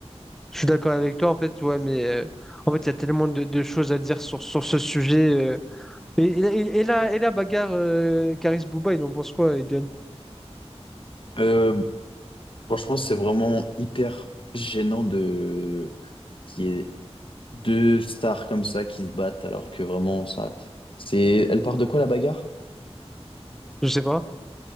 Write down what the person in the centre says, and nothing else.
Je suis d'accord avec toi, en fait, ouais, mais euh, en fait, il y a tellement de, de choses à dire sur, sur ce sujet. euh. Et, et- et la, et la bagarre euh, Karis Bouba, il en pense quoi, Eden?
Je sais pas.